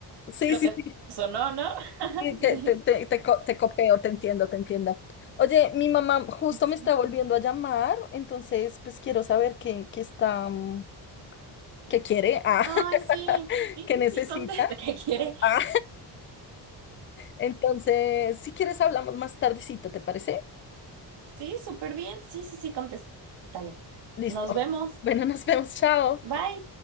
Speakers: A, on the left; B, on the right.
A: sí,
B: Pero
A: sí,
B: te
A: sí.
B: sonó, ¿no? <laughs>
A: Sí, Te,
B: Sí.
A: te, te, te, co- te copeo, te entiendo, te entiendo. Oye, mi mamá justo
B: Sí.
A: me está volviendo a llamar, entonces pues quiero saber qué, qué está, mm, qué quiere, ah,
B: Ay, sí.
A: <laughs>
B: Sí,
A: qué
B: sí,
A: necesita.
B: sí, contesta que quiere.
A: ah, Entonces, si quieres, hablamos más tardecito, ¿te parece?
B: Sí, súper bien. Sí, sí, sí, contéstale.
A: Listo.
B: Nos vemos.
A: Bueno, nos vemos, chao.
B: Bye.